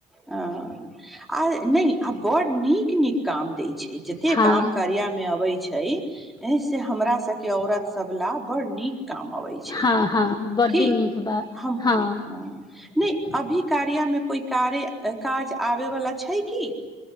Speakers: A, in the centre; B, on the left.
A: हँ आ नई आ बड़ नीक नीक काम दै छैय जते
B: हँ
A: काम कार्यामे अबै छैय छै एहिसँ हमरा सबके औरत सब ला बड़ नीक काम अबै छैय
B: हँ हँ बड्डी
A: की
B: नीक बा
A: हम
B: हँ
A: हं नैइ अभी कार्या में कोई कारे काज आबे वाला छैई की